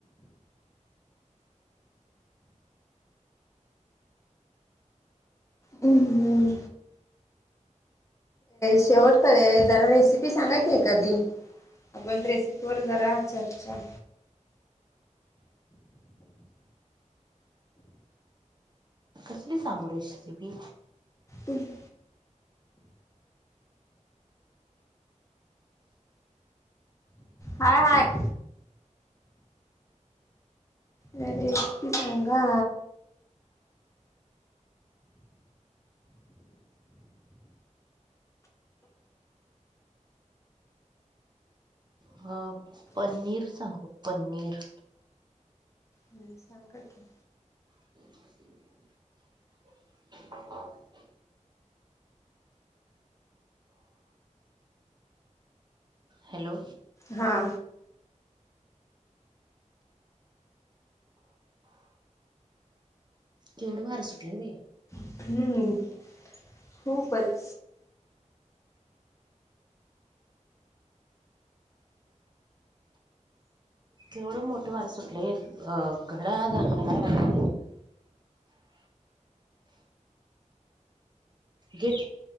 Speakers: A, on the left; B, on the right.
A: हम्म शेवट कर जरा रेसिपी सांगा की एखादी? आपण रेसिपी वर जरा चर्चा
B: कसली सांगू रेशसिपी
A: हम. हाय हाय रेसिपी सांगा.
B: ह पनीर सांगू पनीर
A: हम्म सांगा की
B: <unintelligible> <unintelligible> हॅलो
A: हां
B: केवढं वार सुटलय ग बया
A: हम्म खूपच
B: केवढं मोठं वार सुटलय अ घड्याळ हालाय लागलंय. गेट